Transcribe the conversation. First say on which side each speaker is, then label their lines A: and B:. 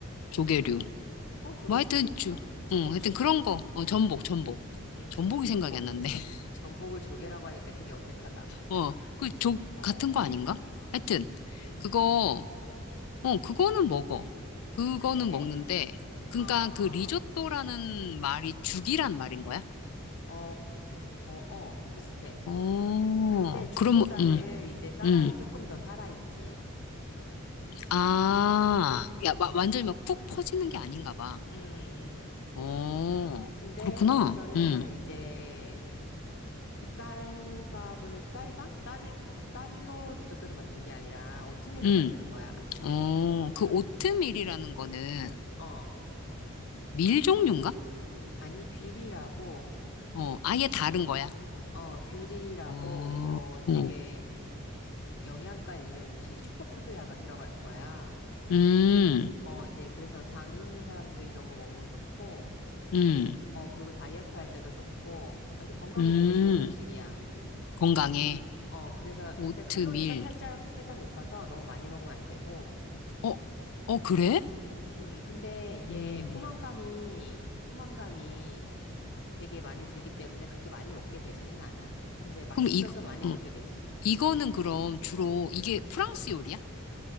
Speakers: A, on the left; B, on the left.
A: 조개류.
B: 뭐 조개죽이겠지
A: 뭐 하여튼 주,
B: 뭐. 전복죽?
A: 응, 하여튼 그런 거. 어, 전복, 전복.
B: 응, <laughs>
A: 전복이
B: 전복.
A: 생각이 안 났네. <laughs>
B: 전복을 조개라고 하니까 되게 어색하다.
A: 어, 그 조,
B: 어,
A: 같은 거 아닌가? 하여튼,
B: 응,
A: 그거, 어, 그거는 먹어. 그거는
B: 그래?
A: 먹는데, 그러니까
B: 아.
A: 그 리조또라는 말이 죽이란 말인 거야?
B: 어, 어, 비슷해.
A: 어,
B: 근데 죽보다는
A: 그럼, 응,
B: 이제 쌀알이
A: 응.
B: 조금 더 살아있지.
A: 아, 야,
B: 응,
A: 와- 완전히 막 푹 퍼지는 게 아닌가 봐.
B: 응, 응.
A: 어,
B: 근데
A: 그렇구나.
B: 여기서는
A: 응.
B: 이제 쌀밥을, 쌀밥? 쌀을, 쌀로 리조또를 만드는 게 아니라 오트밀로
A: 응.
B: 만드는 거야.
A: 어, 그
B: 응,
A: 오트밀이라는 거는
B: 어.
A: 밀 종류인가?
B: 아니, 귀리라고,
A: 어, 아예 다른 거야.
B: 어, 귀리라고
A: 어,
B: 이거 되게
A: 어.
B: 영양가 있는 음식, 슈퍼푸드에 아마 들어갈 거야.
A: 음,
B: 어, 이게 그래서 당 있는 사람들 이런 거 먹으면 좋고,
A: 음,
B: 어, 그리고 다이어트 할 때도 좋고. 아, 근데 건강에
A: 음.
B: 되게 좋은 음식이야.
A: 건강에
B: 어, 그래서,
A: 오트밀.
B: 근데 칼로리가 살짝, 살짝 높아서 너무 많이 먹으면 안 되고.
A: 어, 어, 그래?
B: 음, 근데 이게
A: 음.
B: 포만감이, 포만감이 되게 많이 들기 때문에 그렇게 많이 먹게 되지는 않아. 근데 맛있어서
A: 그럼 이,
B: 많이 먹게
A: 어,
B: 되지.
A: 이거는
B: 음,
A: 그럼 주로 이게 프랑스 요리야?